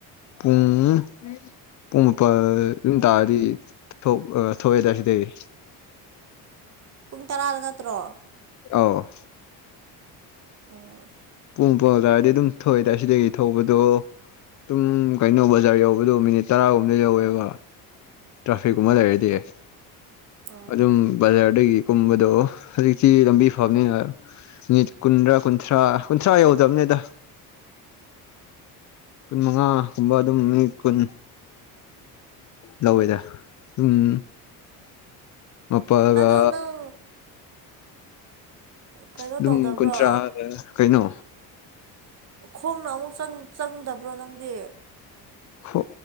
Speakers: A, on the left (about 50°); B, on the right (about 40°).
A: ꯎꯝ ꯄꯨꯡ ꯃꯥꯄꯜ ꯌꯨꯝ ꯇꯥꯔꯗꯤ ꯊꯣꯛꯑꯦꯗꯥꯏ ꯁꯤꯗꯗꯒꯤ
B: ꯄꯨꯡ ꯇꯔꯥꯗ ꯅꯠꯇ꯭ꯔꯣ
A: ꯑ
B: ꯑꯣ
A: ꯄꯨꯡ ꯄꯥꯎꯇꯥꯔꯗꯤ ꯑꯗꯨꯝ ꯊꯣꯛꯑꯦꯗꯥꯏ ꯁꯤꯗꯒꯤ ꯊꯣꯛꯧꯕꯗꯣ ꯑꯗꯨꯝ ꯀꯩꯅꯣ ꯕꯖꯥꯔ ꯌꯧꯕꯗꯣ ꯃꯤꯅꯤꯠ ꯇꯔꯥꯒꯨꯝꯗ ꯌꯧꯋꯦꯕ ꯇ꯭ꯔꯥꯐꯤꯛꯀꯨꯝꯕ
B: ꯎꯝ
A: ꯂꯩꯔꯗꯤ ꯌꯥꯏ
B: ꯑꯣ
A: ꯑꯗꯨꯝ ꯕꯖꯥꯔꯗꯒꯤ ꯀꯨꯝꯕꯗꯣ ꯍꯧꯖꯤꯛꯇꯤ ꯂꯝꯕꯤ ꯐꯕꯅꯤꯅ ꯃꯤꯅꯤꯠ ꯀꯨꯟꯗ꯭ꯔꯥ ꯀꯨꯟꯊ꯭ꯔꯥ ꯀꯨꯟꯊ꯭ꯔꯥ ꯌꯧꯗ꯭ꯔꯕꯅꯤꯗ ꯀꯨꯟ ꯃꯉꯥꯒꯨꯝꯕ ꯑꯗꯨꯝ ꯃꯤ ꯀꯨꯟ ꯂꯧꯋꯤꯗ ꯎꯝ ꯃꯄꯒ
B: ꯑꯗꯣ ꯅꯪ ꯀꯩꯅꯣ
A: ꯑꯗꯨꯝ
B: ꯇꯧꯗꯕ꯭ꯔꯣ
A: ꯀꯨꯟꯊ꯭ꯔꯥ ꯀꯩꯅꯣ
B: ꯈꯣꯡꯅ ꯑꯃꯨꯛ ꯆꯪꯗꯕ꯭ꯔꯣ ꯅꯪꯗꯤ
A: ꯍ